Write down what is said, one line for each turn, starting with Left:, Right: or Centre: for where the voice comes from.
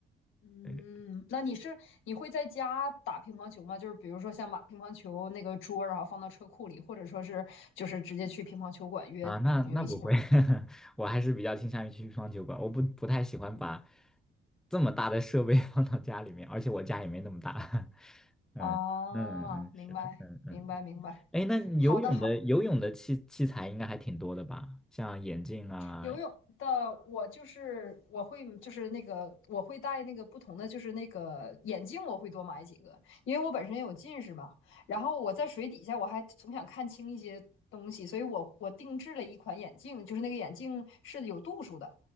Left: 嗯，
Centre: 对
Left: 那你是你会在家打乒乓球吗？就是比如说像把乒乓球那个桌，然后放到车库里，或者说是就是直接去乒乓球馆约朋友一起打。
Centre: 啊，那那不会，<laughs> 我还是比较倾向于去乒乓球馆，我不不太喜欢把这么大的设备 <laughs> 放到家里面，而且我家也没那么大。<laughs> 嗯嗯嗯，
Left: 哦，明白，
Centre: 是的，嗯嗯。
Left: 明白，明白。
Centre: 哎，那你游泳的游泳的器器材应该还挺多的吧？
Left: 好的，好。
Centre: 像眼镜啊，
Left: 游泳的我就是我会就是那个我会戴那个不同的就是那个眼镜，我会多买几个，因为我本身有近视嘛。然后我在水底下我还总想看清一些东西，所以我我定制了一款眼镜，就是那个眼镜是有度数的。